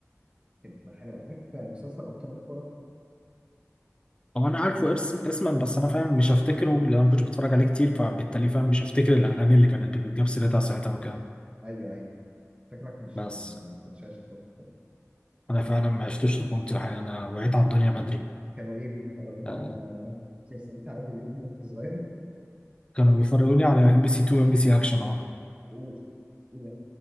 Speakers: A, on the right; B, on the left.
A: كانت بتبقى حلوه عارف آه، مسلسل ابطال الكوره
B: هو انا عارفه اسم اسما بس انا فاهم مش هفتكره لان انا ما كنتش بتفرج عليه كتير فبالتالي فاهم مش هفتكر الاغاني اللي كانت بتتجاب سيرتها ساعتها وكده
A: ايوه ايوه شكلك مش
B: بس
A: آه، ما كنتش عايش تفكر
B: انا فعلا ما عشتش طفولتي الحقيقه انا وعيت على الدنيا بدري
A: كانوا ايه بيتفرجوك
B: آه
A: على مسلسلات عادل امام وانت صغير
B: كانوا بيفرجوني على ام بي سي 2 ام بي سي اكشن اه
A: و ايه ده